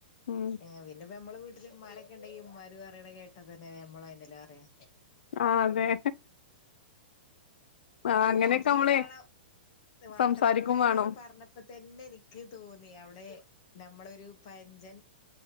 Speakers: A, on the left; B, on the left.
A: ഉം
B: എ പിന്നെ ഇപ്പൊ ഞമ്മളെ വീട്ടില് ഇമ്മാ രൊക്കെണ്ടെങ്കിൽ ഇമ്മാർ പറീണത് കേട്ടതന്നെല്ലേ ഞമ്മളഅയന്നല്ലേ പറയാ.
A: ആ അതെ. ആഹ് അങ്ങനെയൊക്കെ
B: ഇൻക്
A: നമ്മളെ
B: ഇങ്ങളാണോ. വാട്ടപ്പൂപൂളആണ്
A: സംസാരിക്കും വേണം
B: പറഞ്ഞപ്പോ തെന്നെ എനിക്ക് തോന്നി അവിടെ. ടെ ഞമ്മളൊരു പയഞ്ചൻ